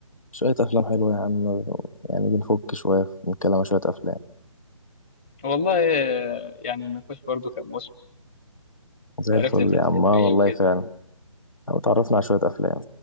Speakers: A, on the left; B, on the left.
A: شوية افلام حلوة يا عم يعني بنفك شوية بنتكلم عن شوية افلام
B: والله آه، يعني النقاش برضو كان مصر
A: زي
B: عرفت
A: الفل
B: انت بتحب
A: يا عم آه
B: ايه
A: والله
B: وكده
A: فعلا او اتعرفنا على شوية افلام